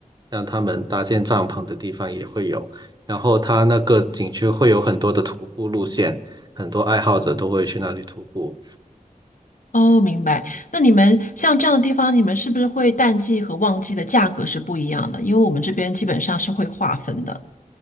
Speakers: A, on the right (about 30°); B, on the left (about 65°).
A: 让他们搭建帐篷的地方也会有。然后它那个景区会有很多的徒步路线，很多爱好者都会去那里徒步。
B: 哦，明白。那你们像这样的地方，你们是不是会淡季和旺季的价格是不一样的？因为我们这边基本上是会划分的。